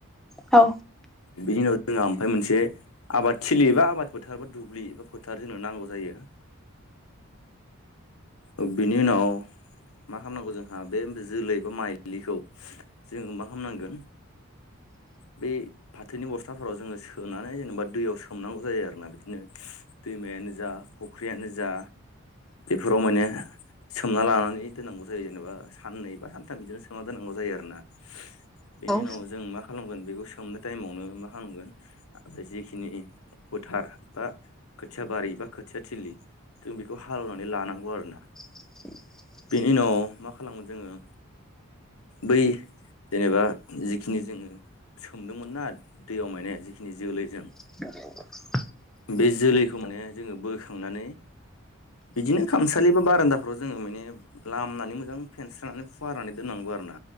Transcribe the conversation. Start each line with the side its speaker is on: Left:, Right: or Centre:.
Centre: औ
Left: बिनि उनाव जोंहा ओमफ्राय मोनसे आबाद थिलि एबा आबाद फोथार बा दुब्लि एबा फोथार जोंनो नांगौ जायो। ओ बिनि उनाव मा खालामनांगौ जोंहा बे जोलै बा माइलिखौ जोङो मा खालामामनांगोन? बे फाथोनि बस्थाफोराव जोङो सोनानै जेनेबा दैयाव सोमनांगौ जायो आरोना बिदिनो। दैमायानो जा फुख्रियानो जा बेफोराव माने सोमना लानानै दोननांगौ जायो जेनेबा साननै बा सानथाम बिदिनो सोमना दोननांगौ जायो आरोना। बेनि
Centre: औ
Left: उनाव जों मा खालामगोन बेखौ सोमनो टाइमावनो मा खालामगोन बे जिखिनि फोथार बा खोथिया बारि बा खोथिया थिलि जों बेखौ हालेवनानै लानांगौ आरोना।
Centre: <inaudible>
Left: बेनि उनाव मा खालामगोन जोङो? बै जेनेबा जिखिनि जोङो सोमदोंमोनना दैयाव माने जिखिनि जोलैजों
Centre: औ <unintelligible>
Left: बे जोलैखौ माने जोङो बोखांनानै बिदिनो खामसालि बा बारान्दाफ्राव जोङो माने लामनानै मोजां फेनस्रनानै फुवारनानै दोननांगौ आरो ना।